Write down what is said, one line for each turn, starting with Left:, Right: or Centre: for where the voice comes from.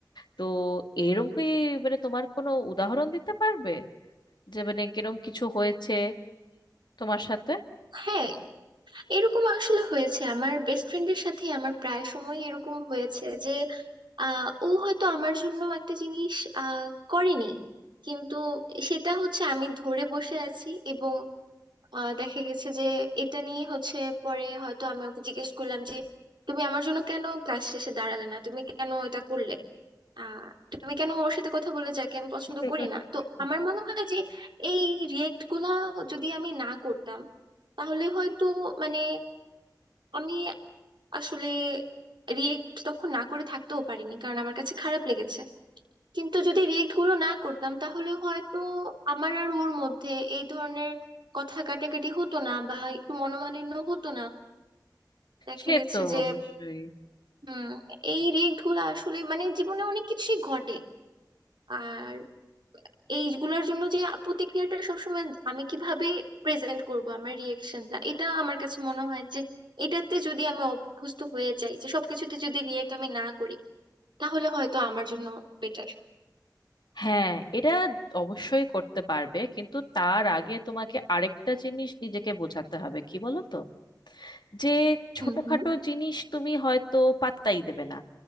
Left: তো এরকম কি মানে তোমার কোনো উদাহরণ দিতে পারবে যে মানে কিরম কিছু হয়েছে তোমার সাথে
Right: হ্যাঁ এরকম আসলে হয়েছে আমার বেস্ট ফ্রেন্ডের সাথে আমার প্রায় সময় এরকম হয়েছে যে আহ, ও হয়তো আমার জন্য একটা জিনিস আহ, করেনি কিন্তু সেটা হচ্ছে আমি ধরে বসে আছি এবং আহ, দেখা গেছে যে এটা নিয়ে হচ্ছে পরে হয়তো আমি ওকে জিজ্ঞেস করলাম যে তুমি আমার জন্য কেন ক্লাস শেষে দাঁড়ালে না তুমি কেন এটা করলে আহ তুমি কেন ওর সাথে কথা বললে যাকে আমি পছন্দ
Left: <laughs>
Right: করি না তো আমার মনে হয় যে এই রিয়েক্ট গুলা যদি আমি না করতাম তাহলে হয়তো মানে আমি আসলে রিয়েক্ট তখন না করে থাকতেও পারিনি কারণ আমার কাছে খারাপ লেগেছে কিন্তু যদি রিয়েক্ট গুলো না করতাম তাহলে হয়তো আমার আর ওর মধ্যে এই ধরনের কথা কাটাকাটি হতো না বা একটু মনোমালিন্য হতো না দেখা
Left: সে
Right: গেছে
Left: তো
Right: যে
Left: অবশ্যই
Right: হুম এই রিয়েক্ট গুলো আসলে মানে জীবনে অনেক কিছুই ঘটে আর এইগুলোর জন্য যে প্রতিক্রিয়াটা সবসময় আমি কিভাবে প্রেজেন্ট করব আমার রিয়েকশনটা এটা আমার কাছে মনে হয় যে এটাতে যদি আমি অভ্যস্ত হয়ে যাই যে সবকিছুতে যদি রিয়েক্ট আমি না করি তাহলে হয়তো আমার জন্য বেটার
Left: হ্যাঁ এটা অবশ্যই করতে পারবে কিন্তু তার আগে তোমাকে আরেকটা জিনিস নিজেকে বোঝাতে হবে কি বলো তো যে ছোটখাটো
Right: হুম হুম
Left: জিনিস তুমি হয়তো পাত্তাই দেবে না